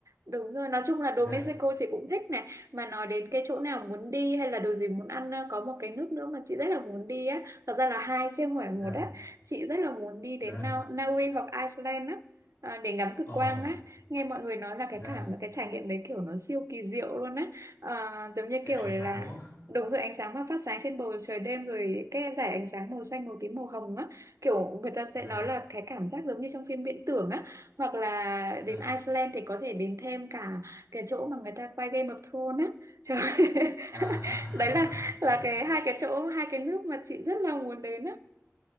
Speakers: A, on the right (about 75°); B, on the left (about 55°).
A: Đúng rồi, nói chung là đồ
B: Dạ,
A: Mexico chị cũng thích này Mà nói đến cái chỗ nào muốn đi hay là đồ gì muốn ăn ờ, Có một cái nước nữa mà chị rất là muốn đi á Thật ra là hai chứ không phải một
B: dạ,
A: á Chị rất là muốn đi đến
B: dạ.
A: Na Na Uy hoặc Iceland á à, Để ngắm cực
B: Ồ,
A: quang á Nghe mọi người nói là
B: dạ,
A: cái cảm là cái trải nghiệm đấy kiểu nó siêu kỳ diệu luôn á à, Giống như
B: cái
A: kiểu
B: ánh
A: là
B: sáng đúng không?
A: Đúng rồi ánh sáng mà phát sáng trên bầu trời đêm Rồi cái dải ánh sáng màu xanh, màu tím, màu hồng á Kiểu người ta sẽ
B: Dạ,
A: nói là cái cảm giác giống như trong phim viễn tưởng á hoặc là
B: dạ.
A: đến Iceland thì có thể đến thêm cả cái chỗ mà người ta quay Game of Thrones á trời ơi.
B: À à
A: <laughs> đấy là
B: à <laughs>
A: là cái hai cái chỗ hai cái nước mà chị rất là muốn đến á